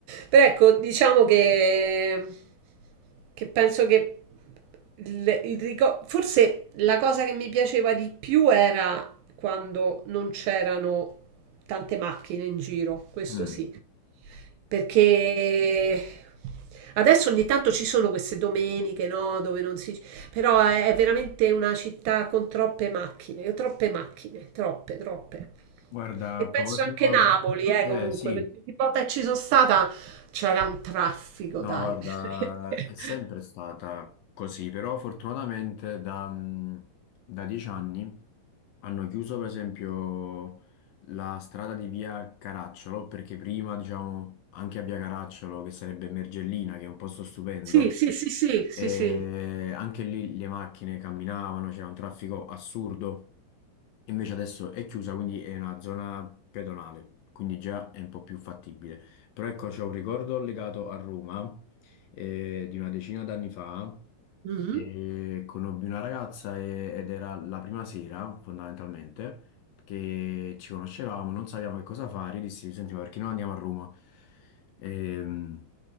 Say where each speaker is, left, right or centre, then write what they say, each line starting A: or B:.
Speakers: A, on the right; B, on the left.
A: Però ecco, diciamo che, che penso che il- il ricor- forse la cosa che mi piaceva di più era quando non c'erano tante macchine in giro, questo
B: mm.
A: sì. Perché adesso ogni tanto ci sono queste domeniche, no, dove non si però è, è veramente una città con troppe macchine, troppe macchine, troppe, troppe.
B: Guarda,
A: E
B: a
A: penso
B: proposito,
A: anche Napoli, eh,
B: eh
A: comunque,
B: sì,
A: perché ogni volta che ci sono stata c'era un traffico,
B: No,
A: dai.
B: guarda,
A: <laughs> veramente.
B: è sempre stata così, però fortunatamente da, mh, da dieci anni hanno chiuso per esempio la strada di via Caracciolo, perché prima, diciamo, anche a via Caracciolo, che sarebbe Mergellina, che è un posto stupendo,
A: Sì, sì, sì, sì, sì,
B: e
A: sì.
B: anche lì le macchine camminavano, c'era un traffico assurdo. Invece adesso è chiusa, quindi è una zona pedonale, quindi già è un po' più fattibile. Però ecco, c'è un ricordo legato a Roma eh, di una decina d'anni fa.
A: Mhm.
B: E conobbi una ragazza e- ed era la prima sera, fondamentalmente, che ci conoscevamo, non sapevamo che cosa fare. Io dissi, senti, ma perché non andiamo a Roma? Ehm,